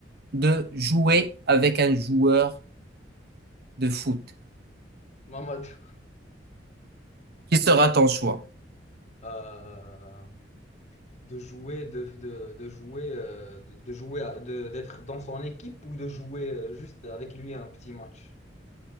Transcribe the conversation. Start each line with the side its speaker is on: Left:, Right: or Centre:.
Right: de jouer avec un joueur de foot,
Left: Mamadou.
Right: qui sera ton choix?
Left: Euh, de jouer, de, de, de jouer, euh, de, de jouer, à- de- d'être dans son équipe ou de jouer euh, juste avec lui un petit match.